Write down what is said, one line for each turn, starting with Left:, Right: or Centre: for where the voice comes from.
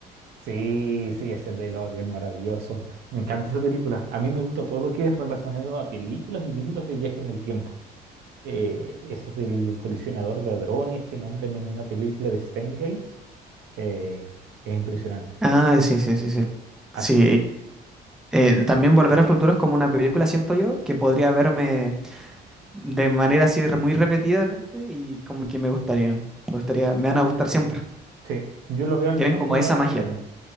Right: Sí, sí, ese es de L'Oreal maravilloso. Me encanta esa película. A mí me gusta todo lo que es relacionado a películas y libros de viaje en el tiempo. Eh, esos del colisionador de hadrones que nombran en una película de Steingate. eh, es impresionante.
Centre: Ah, sí, sí, sí, sí.
Right: Así
Centre: Sí,
Right: que
Centre: eh, también Volver al Futuro es como una película, siento yo, que podría verme de manera así re- muy repetidamente y como que me gustarían. Me gustaría, me van a gustar siempre.
Right: sí, yo lo veo al
Centre: Tienen
Right: menos
Centre: como
Right: una
Centre: esa
Right: vez
Centre: magia,
Right: al año,